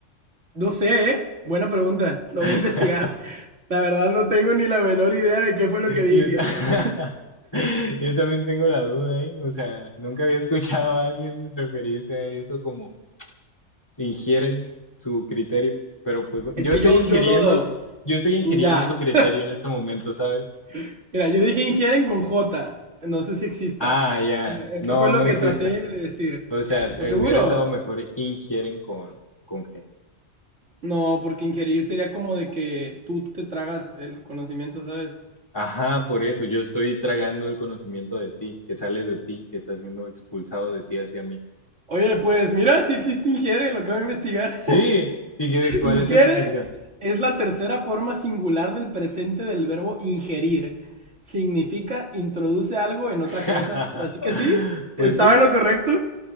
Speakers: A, on the right (about 70°); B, on the left (about 20°).
A: No sé, ¿eh? Buena pregunta. Lo
B: <laughs>
A: voy a investigar. La verdad no tengo ni la menor idea de qué fue lo que dije.
B: Yo, ta- <laughs> yo también tengo la duda ¿eh? O sea, nunca había escuchado a alguien referirse a eso como ingieren su criterio. Pero pues bueno,
A: Es
B: yo
A: que
B: estoy
A: yo,
B: ingiriendo,
A: yo lo...
B: yo estoy ingiriendo
A: mm, Ya.
B: tu criterio en este momento, ¿sabes?
A: <laughs> Mira, yo dije ingieren con J. No sé si exista.
B: Ah, ya.
A: Pero Eso
B: No,
A: fue lo
B: no existe.
A: que traté de decir.
B: O sea,
A: ¿Estás
B: eh,
A: seguro?
B: hubiera estado mejor ingieren con, con G.
A: No, porque ingerir sería como de que tú te tragas el conocimiento, ¿sabes?
B: Ajá, por eso yo estoy tragando el conocimiento de ti, que sale de ti, que está siendo expulsado de ti hacia mí.
A: Oye, pues mira, si existe ingiere, lo acabo de investigar.
B: Sí, ¿y qué, cuál
A: Ingiere
B: es el significado?
A: es la tercera forma singular del presente del verbo ingerir. Significa introduce algo en otra
B: <laughs>
A: cosa. Así que sí,
B: Pues
A: estaba
B: sí,
A: en lo correcto.